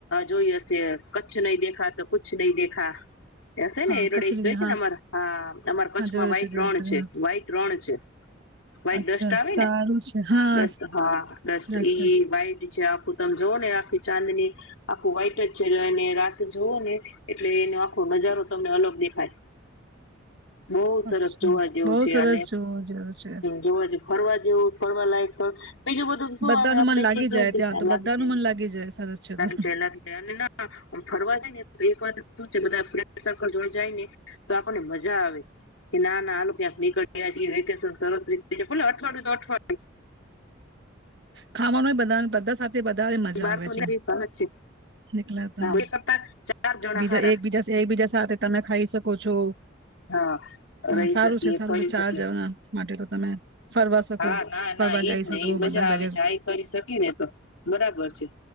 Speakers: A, on the left; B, on the right.
A: જોઈ હશે, કચ્છ નહીં દેખા તો કુછ નહીં દેખા. એ હશે
B: હા
A: ને એડવડાઈઝ
B: કચરી
A: જોઈ છે ને અમારા, હા, અમાર કચ્છમાં
B: હા જોયું
A: વ્હાઈટ
B: તું જોયું
A: રણ
B: તું
A: છે,
B: હા
A: વ્હાઈટ રણ છે, વ્હાઈટ
B: અચ્છા
A: ડસ્ટ આવે
B: સારું
A: ને,
B: છે હા
A: ડસ્ટ, હા. ડસ્ટ,
B: જસ્ટ
A: ઈ વ્હાઈટ છે આખું, તમ જોઓ ને ઈ આખી ચાંદની આખું વ્હાઈટ જ છે, એટ એને રાત જવો ને એટલે એનો આખો નજારો તમને અલગ દેખાય. બહું સરસ
B: અચ્છા
A: જોવા જેવું
B: બહુ
A: છે,
B: સરસ
A: અને
B: જોવું જેવું છે
A: જોવા જેવું ફરવા જેવું ફરવા લાયક બીજું બધું શું
B: બધાનું
A: હવા આપડે
B: મન
A: એટલી
B: લાગી જાય
A: <unintelligible>
B: ત્યાં તો
A: લાગી
B: બધાનું
A: જાય,
B: મન લાગી જાય સરસ છે
A: લાગી
B: તો
A: જાય, લાગી જાય અને ના ફરવા જાય ને તો એક વાર તો શું છે બધા ફ્રેન્ડ સર્કલ જોડે જાયને તો આપણને મજા આવે, કે ના-ના હાલો ક્યાંક <unintelligible> વયા જાય, વેકેશન સરસ રીતે, ભલે અઠવાડિયું તો અઠવાડિયું.
B: ખાવાનુંય બધાન બધા સા વધારે મજા
A: બાર
B: આવે
A: તો
B: છે,
A: નીકળી ફરજ છે
B: નીકલાતા
A: બે કરતા ચાર જણા
B: બીજા
A: હારા
B: એકબીજા એકબીજા સાથે તમે ખાઈ શકો છો.
A: હા
B: હા,
A: રહી
B: સારું
A: શકીએ
B: છે-સારું
A: ફરી
B: છે. ચા
A: શકીએ
B: જવાના માટે તો તમે ફરવા શકો,
A: હા ના
B: ફરવા
A: ના
B: જઈ
A: એજ
B: શકો,
A: ને એઈ
B: બધા
A: મજા
B: જગે
A: આવે કરી શકી ને તો, બરાબર છે.